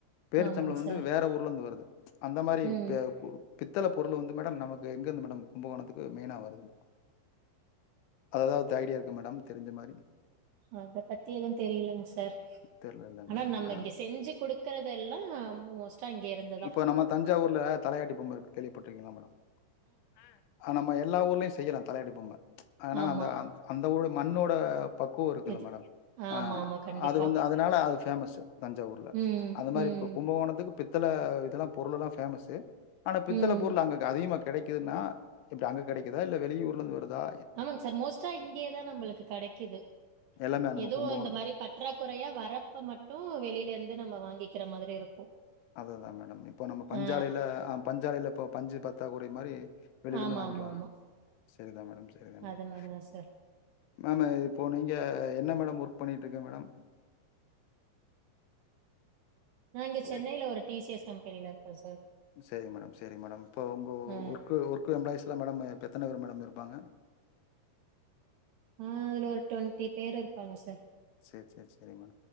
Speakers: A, on the left (about 80°); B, on the right (about 75°).
A: பேர்ச்சம்பளோ
B: ஆமாங்
A: வந்து
B: சார்.
A: வேற ஊர்லருந்து வருது அந்த மாரி
B: ம்.
A: பே கு பித்தள பொருள் வந்து மேடம் நமக்கு எங்கிருந்து மேடம் கும்பகோணத்துக்கு மெயினா வருது அத தவத்த ஐடியா இருக்கா மேடம் தெரிஞ்சமாரி
B: அத பத்தி எதுவு தெரியலங்க சார்
A: தெர்லல்ல
B: ஆனா
A: மேடம்
B: நம்ம இங்க செஞ்சி கொடுக்கறதெல்லா மோஸ்ட்டா இங்க இருந்துதா
A: இப்ப நம்ம தஞ்சாவூர்ல தலையாட்டி பொம்ம இருக்கு கேள்விப்பட்டுருக்கீங்களா மேடம் ஆ ஆ நம்ம எல்லா ஊர்லயு செய்யலா தலையாட்டி பொம்ம ஆனா
B: ஆமா.
A: அந்த அந் அந்த ஊர் மண்ணோட பக்குவோ இருக்கு
B: இது
A: இல்ல மேடம்
B: ஆமாமா
A: ஆ
B: கண்டிப்பா.
A: அது வந்து அதனால அது பேமஸு தஞ்சாவூர்ல
B: ம்,
A: அந்த மாரி
B: ம்,
A: இப்ப கு கும்பகோனத்துக்கு பித்தள இதெல்லா பொருளல்லா பேமஸு ஆன பித்தள
B: ம்.
A: பொருள் அங்க அதிகமா கெடைக்குதுன்னா எப்டி அங்க கெடைக்குதா இல்ல வெளியூர்ல இருந்து வர்தா
B: ஆமாங் சார் மோஸ்டா இங்கேதா நம்பளுக்கு கெடைக்குது
A: எல்லாமே நம்ம
B: எதுவு
A: கும்பகோணம்
B: இந்த மாரி பற் றாக்குறையா வரப்ப மட்டு வெளிலருந்து நம்ம வாங்கிக்கிற மாதிரி இருக்கும்
A: அதுதா மேடம் இப்போ நம்ம பஞ்சாலையில
B: ஆ
A: அ பஞ்சாலையில இப்போ பஞ்சு பத்தா குறை மாரி வெளிலந்து
B: ஆமாமாமா.
A: வாய்ன்குவாங் சரிதா மேடம் சரிதா மேடம்
B: அது மாரி தான் சார்.
A: மேம் இப்போ நீங்க என்ன மேடம் ஒர்க் பண்ணிட்டுருக்க மேடம்
B: நா இங்க
A: ஹலோ
B: சென்னைல ஒரு டி சி எஸ் கம்பெனில இருக்கே சார்
A: சேரி மேடம் சேரி மேடம் இப்போ ஒங்க
B: ஆ.
A: ஒர்க்கு ஒர்க்கு எம்ப்ளாய்ஸ்லா மேடம் இப்ப எத்தன பேர் மேடம் இருப்பாங்க
B: ம் இதுல ஒரு டுவென்ட்டி பேர் இருப்பாங்க சார்
A: சேர் சேர் சேரிங்மா